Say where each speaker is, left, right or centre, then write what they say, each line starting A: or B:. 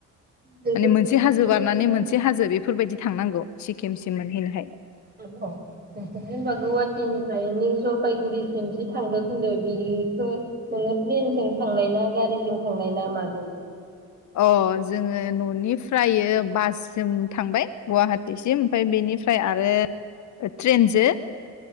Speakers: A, on the right; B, on the left.
A: बेफोरबो
B: माने मोनसे
A: गुवाहाटिनिफ्राय
B: हाजो बारनानै मोनसे हाजो बे फोरबायदि थांनांगौ। सिक्किमसिम मोनहैनोहाय
A: आब नोंसोर जेनेबा गौहातिनिफ्राय निउ जल फायगुरिसिम जि थांदो बुंदो बिलिखो नोंङो ट्रेनजों थांनाय ना गारिजों थांनाय ना माजों?
B: अ जोङो न'निफ्रायो बास जों थांबाय गुवाहाटि सिम ओमफाय बेनि फाय आरो ट्रेनजो